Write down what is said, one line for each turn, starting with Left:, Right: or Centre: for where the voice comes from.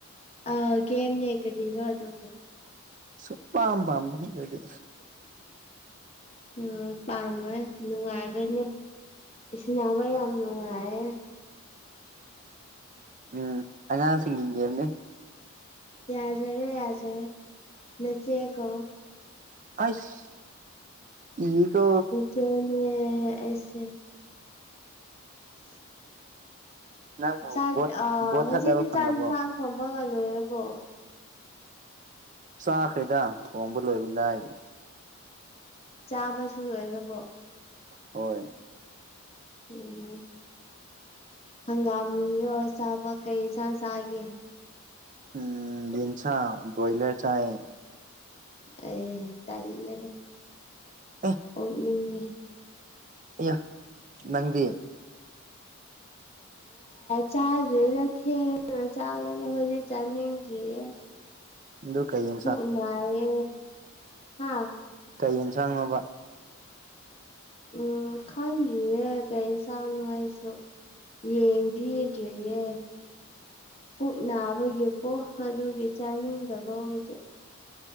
Left: ꯑꯒꯦꯅꯦ ꯌꯦꯦ ꯀꯗꯤꯔꯣ ꯑꯗ
Right: ꯁ ꯄꯥꯝ ꯄꯝꯗꯗꯤ
Left: ꯑꯣ ꯄꯥꯝꯃꯣꯏ ꯅꯨꯡꯉꯥꯏꯕꯅꯦ ꯁꯤꯟꯅꯕ ꯌꯥꯝ ꯅꯨꯡꯉꯥꯏꯌꯦꯦ
Right: ꯎꯝ ꯑꯉꯥꯡ ꯁꯤꯁꯤꯡꯒꯦꯝꯅꯤ
Left: ꯌꯥꯖꯔꯦ ꯌꯥꯖꯔꯦ ꯅꯆꯦꯀꯣ
Right: ꯑꯁ ꯏꯒꯣ
Left: ꯆꯁꯦ <unintelligible>
Right: ꯅꯪꯕꯨ
Left: ꯆꯥꯟ
Right: ꯕꯣꯠ
Left: ꯑ
Right: ꯕꯣꯠ
Left: ꯍꯧꯖꯤꯗꯤ
Right: ꯊꯥꯗꯕ ꯐꯪꯉꯕꯣ
Left: ꯆꯥꯟ ꯆꯥꯟ ꯊꯪꯝꯕꯒꯂꯣꯦꯔꯕꯣ
Right: ꯆꯥꯈ꯭ꯔꯦꯗ ꯊꯣꯡꯕ ꯂꯣꯏꯕ ꯂꯥꯏꯔꯤ
Left: ꯆꯥꯕꯁꯨ ꯂꯣꯏꯔꯕꯣ
Right: ꯍꯣꯏ
Left: ꯎꯝ ꯍꯪꯒꯥꯝꯣ ꯆꯥꯕ ꯀꯩ ꯁꯟꯁꯒꯦ
Right: ꯎꯝ ꯂꯁ ꯕ꯭ꯔꯣꯣꯌꯂꯔ ꯆꯦ
Left: ꯑꯦ ꯇꯂꯦꯒ
Right: ꯑꯥ
Left: ꯎ ꯃꯤꯅꯤ
Right: ꯌꯥ ꯅꯪꯗꯤ
Left: ꯆꯥꯗ꯭ꯔꯤꯗ ꯊꯦꯡꯅ ꯆꯥꯒꯅꯤ ꯍꯧꯖꯤꯛ ꯆꯥꯅꯤꯡꯗ꯭ꯔꯤꯌꯦ
Right: ꯑꯗꯨꯗꯨ ꯀꯩꯌꯦꯦ
Left: ꯄ ꯄꯨꯅꯌꯦ ꯍꯥꯥ
Right: ꯀꯩ ꯌꯦꯟꯁꯥꯡꯕ
Left: ꯎꯝ ꯈꯟꯔꯤ ꯀꯩꯁꯥꯎꯅꯅꯨꯡꯋꯥꯥꯏꯁꯨꯣ ꯌꯦꯡꯕꯤꯗ꯭ꯔꯤꯌꯦꯦ ꯄꯨꯛ ꯅꯥꯕꯒꯤꯀꯣ ꯑꯗꯨꯒꯤ ꯆꯥꯅꯤꯡꯗꯕ ꯍꯧꯖꯤꯛ